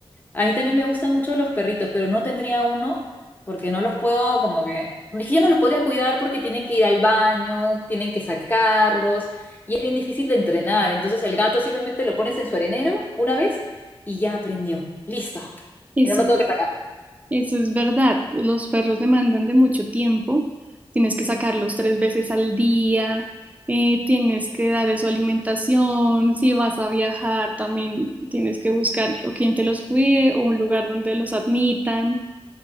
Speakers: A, on the left; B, on the right.
A: A mí también me gustan mucho los perritos, pero no tendría uno porque no los puedo como que, es que yo no los podría cuidar porque tienen que ir al baño, tienen que sacarlos y es bien difícil de entrenar. Entonces el gato simplemente lo pones en su arenero una vez y ya aprendió. Listo.
B: Eso,
A: Y no lo tengo que sacar.
B: eso es verdad. Los perros demandan de mucho tiempo. Tienes que sacarlos tres veces al día. eh, tienes que dar su alimentación. Si vas a viajar, también tienes que buscar o quien te los cuide o un lugar donde los admitan.